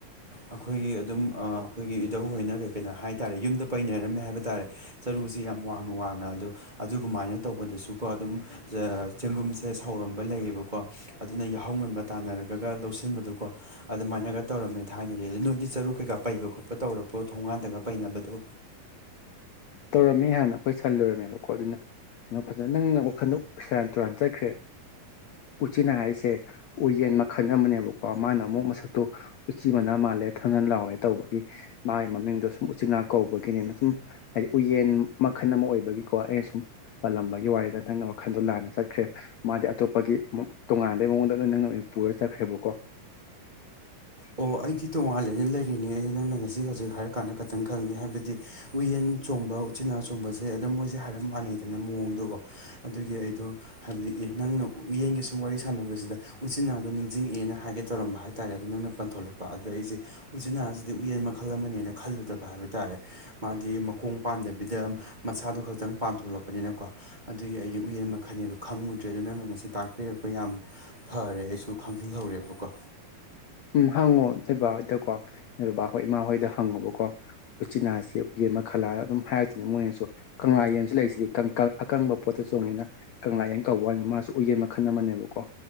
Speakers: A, on the right; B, on the left.
A: ꯑꯩꯈꯣꯏꯒꯤ ꯑꯗꯨꯝ ꯑꯥ ꯑꯩꯈꯣꯏꯒꯤ ꯏꯙꯧꯍꯣꯏꯅ ꯀꯩ ꯀꯩꯅꯣ ꯍꯥꯏ ꯇꯥꯔꯦ ꯌꯨꯝꯗ ꯄꯩꯅꯔꯝꯃꯦ ꯍꯥꯏꯕ ꯇꯥꯔꯦ ꯆꯔꯨꯁꯤ ꯌꯥꯝ ꯋꯥꯡꯅ ꯋꯥꯡꯅ ꯑꯗꯣ ꯑꯗꯨꯒꯃꯥꯏꯅ ꯇꯧꯕꯗꯁꯨꯀꯣ ꯑꯗꯨꯝ ꯆ ꯆꯦꯡꯒꯨꯝꯁꯦ ꯁꯧꯔꯝꯕ ꯂꯩꯌꯦꯕꯀꯣ ꯑꯗꯨꯅ ꯌꯥꯍꯧ ꯉꯟꯕ ꯇꯥꯟꯅꯔꯒꯒ ꯂꯧꯁꯤꯟꯕꯗꯣꯀꯣ ꯑꯗꯨꯃꯥꯏꯅꯒ ꯇꯧꯔꯝꯃꯦ ꯊꯥꯏꯅꯗꯤ ꯑꯗꯨ ꯅꯣꯏꯗꯤ ꯆꯔꯨ ꯀꯩꯀꯥ ꯄꯩꯕ ꯈꯣꯠꯄ ꯇꯧꯔꯛꯄ꯭ꯔꯣ ꯊꯣꯡꯒꯥꯟꯗꯒ ꯄꯩꯅꯕꯗꯣ
B: ꯇꯧꯔꯝꯃꯤ ꯍꯥꯟꯅ ꯑꯩꯈꯣꯏ ꯁꯜ ꯂꯣꯏꯔꯝꯃꯦꯕꯀꯣ ꯑꯗꯨꯅ ꯅ ꯐꯖꯅ ꯅꯪꯅ ꯋꯥꯈꯜꯗ ꯁꯦꯔꯥꯟ ꯇꯨꯔꯥꯟ ꯆꯠꯈ꯭ꯔꯦ ꯎꯆꯤꯅꯥ ꯍꯥꯏꯁꯦ ꯎꯌꯦꯟ ꯃꯈꯜ ꯑꯃꯅꯦꯕꯀꯣ ꯃꯥꯅ ꯑꯃꯨꯛ ꯃꯁꯛꯇꯨ ꯎꯆꯤ ꯃꯅꯥ ꯃꯥꯜꯂꯦ ꯊꯪꯅꯟ ꯂꯥꯎꯋꯦ ꯇꯧꯕꯒꯤ ꯃꯥꯒꯤ ꯃꯃꯤꯡꯗꯣ ꯁꯨꯝ ꯎꯆꯤꯟꯅꯥ ꯀꯧꯕꯒꯤꯅꯤꯅ ꯁꯨꯝ ꯍꯥꯏꯗꯤ ꯎꯌꯦꯟ ꯃꯈꯜ ꯑꯃ ꯑꯣꯏꯕꯒꯤꯀꯣ ꯑꯩꯅ ꯁꯨꯝ ꯄꯜꯂꯝꯕꯒꯤ ꯋꯥꯔꯤꯗ ꯅꯪꯅ ꯋꯥꯈꯜꯗꯣ ꯂꯥꯟꯅ ꯆꯠꯈ꯭ꯔꯦ ꯃꯥꯗꯤ ꯑꯇꯣꯞꯄꯒꯤ ꯃ ꯇꯣꯉꯥꯟꯕꯩ ꯃꯑꯣꯡꯗ ꯅꯪꯅ ꯄꯨꯔ ꯆꯠꯈ꯭ꯔꯦꯕꯀꯣ
A: ꯑꯣ ꯑꯩꯗꯤ ꯇꯣꯉꯥꯟꯂꯦꯅ ꯂꯩꯔꯤꯅꯤ ꯑꯩꯗꯤ ꯅꯪꯅ ꯉꯁꯤ ꯍꯧꯖꯤꯛ ꯍꯥꯏꯔ ꯀꯥꯟꯗ ꯈꯤꯇꯪ ꯈꯪꯉꯤ ꯍꯥꯏꯕꯗꯤ ꯎꯌꯦꯟ ꯆꯣꯡꯕ ꯎꯆꯤꯅꯥ ꯆꯣꯡꯕꯁꯦ ꯑꯗꯨꯝ ꯃꯣꯏꯁꯦ ꯍꯥꯏꯔꯞ ꯃꯥꯟꯅꯩꯗꯅ ꯃꯑꯣꯡꯗꯀꯣ ꯑꯗꯨꯒꯤ ꯑꯩꯗꯣ ꯍꯥꯏꯕꯗꯤ ꯑꯦ ꯅꯪꯅ ꯎꯌꯦꯟꯒꯤ ꯁꯨꯝ ꯋꯥꯔꯤ ꯁꯥꯟꯅꯕꯁꯤꯗ꯫ ꯎꯆꯤꯟꯅꯥꯗꯣ ꯅꯤꯡꯁꯤꯡꯉꯛꯑꯦꯅ ꯍꯥꯏꯒꯦ ꯇꯧꯔꯝꯕ ꯍꯥꯏꯇꯥꯔꯦ ꯑꯗ ꯅꯪꯅ ꯄꯟꯊꯣꯂꯛꯄ ꯑꯗꯨꯗ ꯑꯩꯁꯦ ꯎꯖꯤꯅꯥꯁꯤꯗꯤ ꯎꯌꯦꯟ ꯃꯈꯜ ꯑꯃꯅꯦꯅ ꯈꯜꯂꯨꯗꯕ ꯍꯥꯏꯕ ꯇꯥꯔꯦ ꯃꯥꯗꯤ ꯃꯈꯣꯡ ꯄꯥꯟꯗꯕꯤꯗ ꯃꯁꯥꯗꯨ ꯈꯛꯇꯪ ꯄꯥꯟ ꯊꯣꯛꯂꯛꯄꯅꯤꯅꯀꯣ꯫ ꯑꯗꯨꯒꯤ ꯑꯩꯗꯤ ꯎꯌꯦꯟ ꯃꯈꯜꯅꯦꯗꯣ ꯈꯪꯉꯨꯗ꯭ꯔꯦ ꯑꯗꯨ ꯅꯪꯅ ꯉꯁꯤ ꯇꯥꯛꯄꯤꯔꯛꯄꯩ ꯌꯥꯝ ꯐꯔꯦ ꯑꯩꯁꯨ ꯈꯪꯖꯤꯜꯍꯧꯔꯦꯕꯀꯣ꯫
B: ꯎꯝ ꯍꯪꯉꯣ ꯅꯣꯏ ꯕꯥꯍꯣꯏꯗꯀꯣ ꯅꯣꯏ ꯕꯕꯥꯍꯣꯏ ꯏꯃꯥ ꯍꯣꯏꯗ ꯍꯪꯉꯨꯕꯀꯣ꯫ ꯎꯆꯤꯟꯅꯥꯁꯦ ꯎꯌꯦꯟ ꯃꯈꯥꯜꯂꯥ ꯑꯗꯨꯝ ꯍꯥꯏꯔꯛꯇꯨꯅꯦ ꯃꯣꯏꯅꯁꯨ꯫ ꯀꯪꯂꯥ ꯌꯦꯟꯁꯨ ꯂꯩꯁꯤꯗꯤ ꯀꯪ ꯀꯥꯪ ꯑꯀꯪꯕ ꯄꯣꯠꯇ ꯆꯣꯡꯉꯦꯅ ꯀꯪꯂꯥ ꯌꯦꯟ ꯀꯧꯕ ꯋꯥꯅꯦ ꯃꯥꯁꯨ ꯎꯌꯦꯟ ꯃꯈꯜ ꯑꯃꯅꯦꯕꯀꯣ꯫